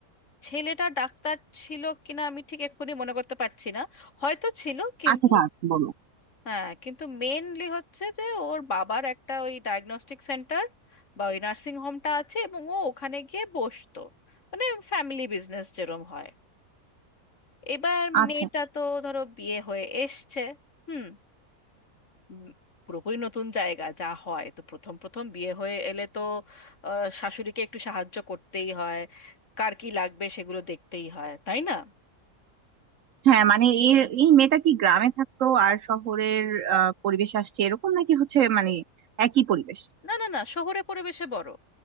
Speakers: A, on the left; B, on the right.
A: ছেলেটা ডাক্তার ছিল কিনা আমি ঠিক এক্ষুনি মনে করতে পারছি না হয়তো ছিল কিন্তু
B: আচ্ছা থাক বলো
A: হ্যাঁ কিন্তু মেনলি হচ্ছে যে ওর বাবার একটা ওই ডায়াগনস্টিক সেন্টার বা ওই নার্সিং হোমটা আছে এবং ও ওখানে গিয়ে বসতো মানে ফ্যামিলি বিজনেস যেরম হয় এবার
B: আচ্ছা
A: মেয়েটা তো ধরো বিয়ে হয়ে এসছে হুম উম, পুরোপুরি নতুন জায়গা যা হয় তো প্রথম প্রথম বিয়ে হয়ে এলে তো আহ, শাশুড়িকে একটু সাহায্য করতেই হয় কার কি লাগবে সেগুলো দেখতেই হয় তাই না
B: হ্যাঁ মানে এর এই মেয়েটা কি গ্রামে থাকতো আর শহরের আহ, পরিবেশ আসছে এরকম নাকি হচ্ছে মানে একই পরিবেশ
A: না না না শহরে পরিবেশে বড়